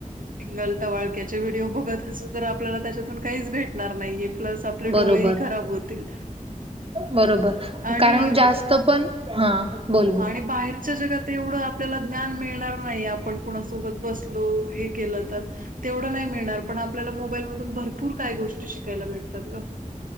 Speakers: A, on the right; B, on the right.
A: पिंगल टवाळक्याचे व्हिडिओ बघत असू तर आपल्याला त्याच्यातून काहीच भेटणार नाहीये. प्लस आपले
B: बरोबर
A: डोळेही खराब होतील.
B: बरोबर
A: आणि
B: कारण जास्त पण हा बोल बोल
A: आणि बाहेर आच्या जगात एवढं आपल्याला ज्ञान मिळणार नाही आपण कोणासोबत बसलो हे केलं तर, तेवढं नाही मिळणार पण आपल्याला मोबाईलमधून भरपूर काय गोष्टी शिकायला भेटतात ग.